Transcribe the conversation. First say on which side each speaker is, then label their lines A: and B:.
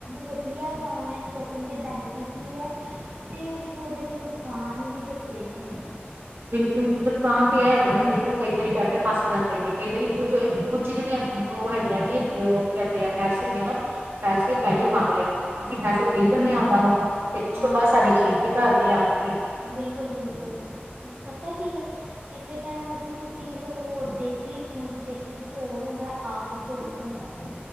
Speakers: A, on the right; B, on the right.
A: ਵਧੀਆ ਵਾ ਔਨਲਾਈਨ ਸ਼ੋਪਿੰਗ ਦੇ ਬੈਨੀਫਿਟ ਵੀ ਹੈ। ਅਤੇ ਇਹਦੇ ਥੋੜ੍ਹੇ ਜਿਹੇ ਨੁਕਸਾਨ ਵੀ ਦੱਸੇ ਹੋਏ ਨੇ।
B: ਬਿਲਕੁਲ ਨੁਕਸਾਨ ਤੇ ਇਹ ਹੈਗਾ ਨਾ ਬਿਲਕੁਲ ਕਈ ਵਾਰੀ ਪੈਸੇ ਫਸ ਜਾਂਦੇ ਨੇ। ਕਈ ਵਾਰੀ ਕੁੱਝ ਕੁਛ ਜਿਹੜੀਆਂ ਉਹ ਹੈਗੀਆਂ ਜੀ ਕੀ ਕਹਿੰਦੇ ਆ ਐਪਸ ਹੈਗੀਆਂ ਵਾ। ਪੈਸੇ ਪਹਿਲੇ ਮੰਗ ਲੈਂਦੇ ਆ। ਅਸੀਂ ਪੈਸੇ ਦੇ ਦਿੰਦੇ ਹਾਂ ਉਹਨਾਂ ਨੂੰ। ਤੇ ਉਸ
A: ਹਾਂ
B: ਤੋਂ ਬਾਅਦ ਸਾਡੀ ਚੀਜ਼ ਵੀ ਘਰ ਨਹੀਂ ਆਉਂਦੀ।
A: ਬਿਲਕੁਲ-ਬਿਲਕੁਲ ਪਤਾ ਕੀ ਹੈ। ਕਿਸੇ ਟਾਈਮ ਅਸੀਂ ਕੋਈ ਚੀਜ਼ ਹੋਰ ਦੇਖੀ। ਫੋਨ ਚ ਦੇਖੀ ਕੁਛ ਹੋਰ ਹੁੰਦਾ ਆ ਕੁਛ ਹੋਰ ਜਾਂਦਾ ਹੈ।